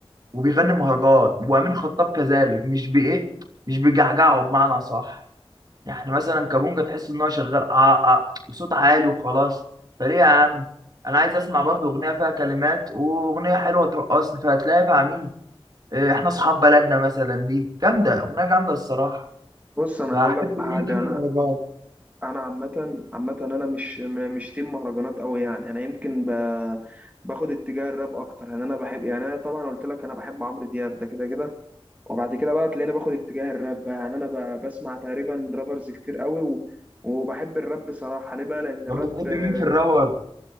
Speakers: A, on the right (about 40°); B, on the right (about 15°).
A: وبيغني مهرجان وامين خطاب كذلك مش بايه مش بيجعجعه بمعنى صح يعني مثلا كابونجا تحس ان هو شغال اه اه وصوت عالي وخلاص فليه يا عم انا عايز اسمع برضه اغنيه فيها كلمات واغنيه حلوه ترقصني فهتلاقيها مع مين آه، احنا اصحاب بلدنا مثلا دي جامده اغنيه جامده الصراحه
B: بص انا
A: فاحب
B: هقول لك
A: مين
B: حاجه
A: ضمن
B: انا
A: المهرجان
B: انا عامه عامه انا مش م- مش تيم مهرجانات قوي يعني انا يمكن ب... باخد اتجاه الراب اكتر يعني انا بحب يعني انا طبعا قلت لك انا بحب عمرو دياب ده كده كده وبعد كده بقى تلاقيني باخد اتجاه الراب بقى يعني انا ب- بسمع تقريبا رابرز كتير قوي و... وبحب الراب بصراحة ليه بقى لأن الراب
A: طب بتحب
B: آه،
A: مين في الراور